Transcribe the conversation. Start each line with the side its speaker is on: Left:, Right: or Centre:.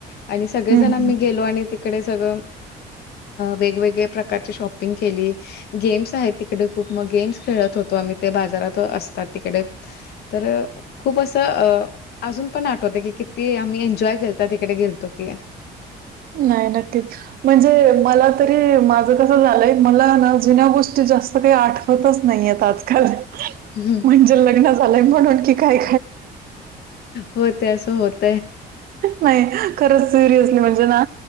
Left: आणि सगळे
Right: हम्म
Left: जण
Right: हम्म
Left: आम्ही गेलो आणि- तिकडे सगळं वेगवेगळ्या प्रकारची शॉपिंग केली. गेम्स आहेत तिकडे खूप. मग गेम्स खेळत होतो आम्ही ते बाजारात असतात तिकडे. तर खूप असं अ- अजून पण आठवत की किती आम्ही एन्जॉय केलता तिकडे गेलतो की.
Right: नाही. नक्कीच. म्हणजे मला तरी, माझं कसं झालंय? मला ना जुन्या गोष्टी जास्त काही आठ- -वतच नाहीयेत आजकाल.
Left: हम्म.
Right: म्हणजे लग्न झालंय म्हणून कि काय
Left: होत असं होत-
Right: नाही. खरंच सिरियसली म्हणजे ना